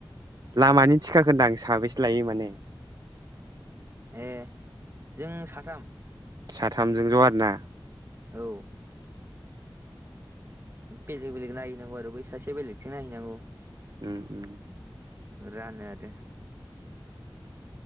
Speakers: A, on the right; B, on the right.
A: लामानि थिखा होनदों आं साबेसे लायो माने
B: ए जों साथाम
A: साथामजों ज' आरोना
B: औ बेलेग बेलेग नायहैनांगौ आरो आरो बै सासेया बेलेगथिं नायैनांगौ
A: उम उम
B: रानो आरोे